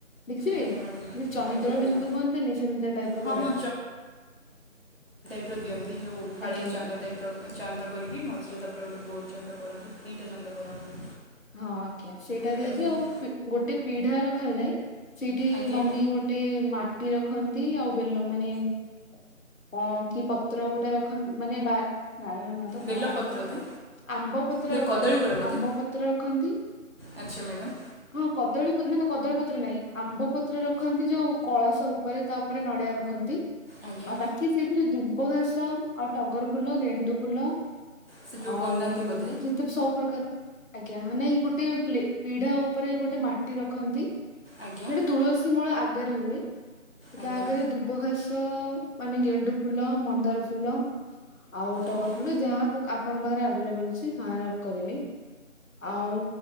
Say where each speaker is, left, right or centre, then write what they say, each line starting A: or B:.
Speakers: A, on the left; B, on the right.
A: ଦେଖି ଥିବେ
B: ଆଜ୍ଞା ମ୍ୟାଡ଼ାମ୍
A: ଯେ ଚନ୍ଦ୍ର
B: ଆଜ୍ଞା ଆଜ୍ଞା
A: ବିିନ୍ଦୁ କୁହନ୍ତିନି ସେମିତି ଟାଇପ ର
B: ହଁ
A: କରାଯାଏ।
B: ହଁ ର ଦିଅନ୍ତି ଯୋଉ ଫାଳେ
A: ଆଜ୍ଞା
B: ଚାନ୍ଦ
A: ଆଜ୍ଞା
B: ଟାଇପର ଚାନ୍ଦ କରିକି ମଝ ତାପରେ ଗୋଟେ ଗୋଲ ଚାନ୍ଦ କରନ୍ତି, ଦିଇଟା ଚାନ୍ଦ କରନ୍ତି।
A: ହଁ ଆଜ୍ଞା ସେଇଟାରେ
B: ସେଇଟା
A: ଯେଉଁ
B: ମୁଁ
A: ପି ଗୋଟେ ପିଢା ରଖାଯାଏ। ସେଇଠି
B: ଆଜ୍ଞା
A: ମମି ଗୋଟେ ମାଟିର ଖନ୍ତି ଆଉ ବେଲ ମାନେ କଣ କି ପ ତ୍ର ଗୋଟେ ରଖ ମାନେ ବା ବାଇଗଣ ନୁହେଁ ତ
B: ବେଲପତ୍ର
A: କଣ ସେଇଟା
B: ବୋଧେ
A: ଆମ୍ବ ପତ୍ର
B: ନା
A: ରଖନ୍ତି
B: କଦଳୀବର ବୋଧେ
A: ଆମ୍ବ ପତ୍ର ରଖନ୍ତି,
B: ଆଚ୍ଛା ମ୍ୟାଡ଼ାମ୍
A: ହଁ କଦଳୀ ପ ନା ନା କଦଳୀ ପତ୍ର ନାଇଁ ଆମ୍ବ ପତ୍ର ରଖନ୍ତି ଯୋଉ କଳସ ଉପରେ ତା ଉପରେ ନଡିଆ ରଖନ୍ତି।
B: ଆଜ୍ଞା
A: ଆଉ ବାକି ସେଇଥିରେ ଦୁବ ଘାସ ଆଉ ଟଗର ଫୁଲ, ଗେଣ୍ଡୁ ଫୁଲ
B: ସେ ଯେଉଁ
A: ଆଉ
B: ବନ୍ଦାନ୍ତି ବୋଧେ
A: ଯେତେ ସବ ପ୍ରକାରର ଆଜ୍ଞା ହଁ ନାଇଁ ଗୋଟେ ପ୍ଲେ ପୀଢା ଉପରେ ଗୋ ଗୋଟେ ମାଟି ରଖନ୍ତି।
B: ଆଜ୍ଞା
A: ସେଟା ତୁଳସୀ ମୂଳ ଆଗରେ ହୁଏ ତ
B: ଆଜ୍ଞା
A: ତା ଆଗରେ ଦୁବ ଘାସ। ମାନେ ଗେଣ୍ଡୁ ଫୁଲ, ମନ୍ଦାର ଫୁଲ ଆଉ ଟଗର
B: ଆଜ୍ଞା
A: ଫୁଲ ଯାହା ଆପଣଙ୍କ ପାଖରେ ଆଭେଲେବଲ ଅଛି ତାହା କରିବେ। ଆଉ